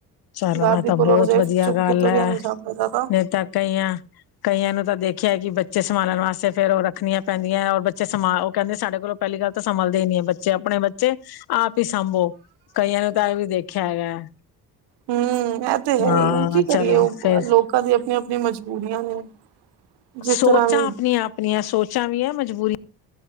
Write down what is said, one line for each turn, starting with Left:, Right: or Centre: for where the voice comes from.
Left: ਚਲੋ
Right: ਦਾਦੀ
Left: ਆ ਤਾਂ
Right: ਕੋਲੋਂ
Left: ਬਹੁਤ
Right: ਹਜੇ
Left: ਵਧੀਆ
Right: ਚੁੱਕ
Left: ਗੱਲ
Right: ਕੇ ਤੁਰਿਆ
Left: ਐ,
Right: ਨੀ ਜਾਂਦਾ ਦਾਦਾ
Left: ਨਹੀਂ ਤਾਂ ਕਈਆਂ ਕਈਆਂ ਨੂੰ ਤਾਂ ਦੇਖਿਆ ਕਿ ਬੱਚੇ ਸੰਭਾਲਣ ਵਾਸਤੇ, ਫੇਰ ਉਹ ਰੱਖਣੀਆਂ ਪੈਂਦੀਆਂ ਔਰ ਬੱਚੇ ਸਮਾਂ ਉਹ ਕਹਿੰਦੇ ਸਾਡੇ ਕੋਲੋਂ ਪਹਿਲੀ ਗੱਲ ਤਾਂ ਸੰਭਲਦੇ ਹੀ ਨੀ ਆ ਬੱਚੇ, ਆਪਣੇ ਬੱਚੇ ਤੇ ਆਪ ਹੀ ਸਾਂਭੋ, ਕਈਆਂ ਨੂੰ ਤਾਂ ਐ ਵੀ ਦੇਖਿਆ ਹੈਗਾ।
Right: ਹੂੰ ਐ ਤੇ ਹੈ
Left: ਹਾਂ
Right: ਹੀ ਐ, ਕੀ
Left: ਚਲੋ
Right: ਕਰੀਏ ਉਹ
Left: ਫੇਰ
Right: ਲੋਕਾਂ ਦੀਆਂ ਆਪਣੀਆਂ ਆਪਣੀਆਂ ਮਜਬੂਰੀਆਂ ਨੇ।
Left: ਸੋਚਾਂ
Right: ਜਿਸ ਤਰ੍ਹਾਂ ਵੀ
Left: ਆਪਣੀਆਂ ਆਪਣੀਆਂ ਸੋਚਾਂ ਵੀ ਆ, ਮਜਬੂਰੀ